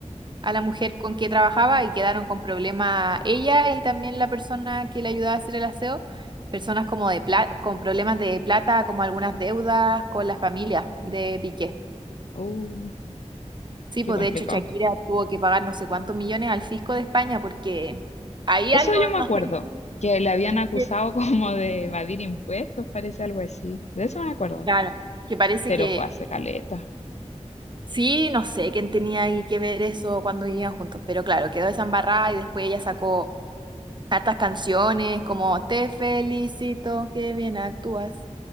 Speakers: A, on the right; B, on the left.
A: a la mujer con que trabajaba y quedaron con problemas ella y también la persona que le ayudaba a hacer el aseo, personas como de pla- con problemas de plata, como algunas deudas con la familia de Piqué.
B: Uh,
A: Sí,
B: qué
A: pues
B: complicado.
A: de hecho Shakira tuvo que pagar no sé cuántos millones al fisco de España porque hay
B: Eso
A: algo,
B: yo me
A: no
B: acuerdo,
A: sé,
B: que le habían
A: es
B: acusado <laughs> como de evadir impuestos, parece algo así. De eso me acuerdo,
A: claro, que parece
B: pero
A: que
B: fue hace caleta.
A: sí, no sé quién tenía ahí que ver eso cuando vivían juntos, pero claro, quedó desambarrada y después ella sacó hartas canciones como Te felicito, qué bien actúas